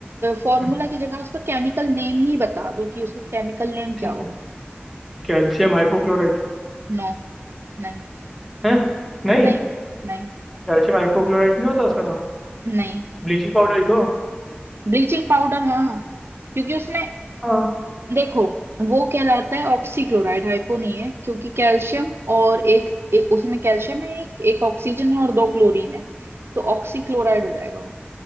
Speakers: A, on the right; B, in the centre.
A: फॉर्मूला
B: हम्म,
A: की जगह उसका केमिकल नेम ही बता दो कि उसका केमिकल नेम क्या
B: ठीक
A: होगा
B: है Calcium hypochlorite
A: नो नहीं
B: है नहीं
A: नहीं नहीं
B: कैल्शियम हाइपोक्लोराइट नहीं होता उसका नाम
A: नहीं
B: ब्लीचिंग पाउडर ही तो
A: ब्लीचिंग पाउडर हाँ हाँ। क्योंकि उसमें
B: हाँ
A: देखो वो कहलाता है ऑक्सीक्लोराइड हाइपो नहीं है क्योंकि कैल्शियम और एक, एक उसमें कैल्शियम है एक एक ऑक्सीजन है और दो क्लोरीन है तो ऑक्सीक्लोराइड हो जाएगा वो